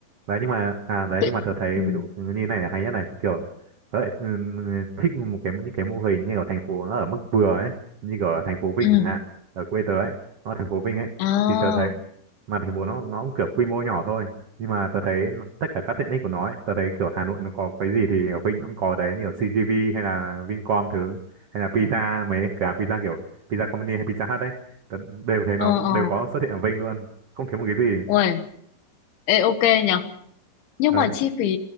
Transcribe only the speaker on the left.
tự-
ừ
ừ
à
ờ
ờ
ui ê ok nhở nhưng
mà chi phí